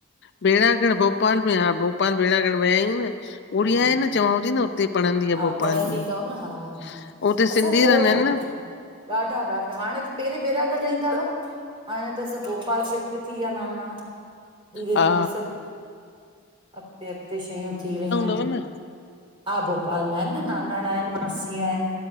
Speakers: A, on the left; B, on the right.
A: बेड़ागढ़ भोपाल में हा, भोपाल बेड़ागढ़ विया आहियूं न। गुड़िया
B: हा हा
A: आहे न, चवांव थी न उते पढ़ंदी आहे
B: हा
A: भोपाल
B: पढ़ंदी
A: में।
B: अथव
A: हुते
B: न हा हा
A: सिंधी
B: असांजे खोड़
A: रहंदा आहिनि
B: माइट
A: न।
B: ॾाढा- ॾाढा, हाणे त, पहिरें बैरागढ़ रईंदा हुआ। हाणे त सभु भोपाल शिफ्ट थी व्या नानाणा, धीरे
A: हा
B: धीरे सभु। अॻिते- अॻिते शयूं थी विययूं आहिनि।
A: तो न।
B: हा भोपाल में आहिनि न, नानाणा आहिनि मासी आहिनि।